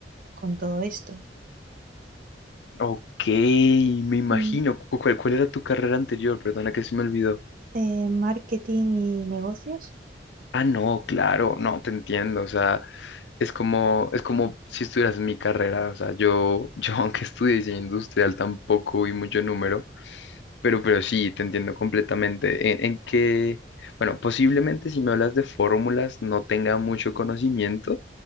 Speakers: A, on the right (about 50°); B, on the left (about 75°).
A: con todo esto.
B: Ok, me imagino.
A: Mm,
B: Cu- ¿Cuál, cuál era tu carrera anterior? Perdona que se me olvidó.
A: eh, marketing y negocios.
B: Ah, no, claro, no, te entiendo. O sea, es como, es como si estuvieras en mi carrera. O sea, yo, yo <laughs> aunque estudié diseño industrial, tampoco vi mucho número, pero, pero sí, te entiendo completamente. En, en que, bueno, posiblemente si me hablas de fórmulas no tenga mucho conocimiento,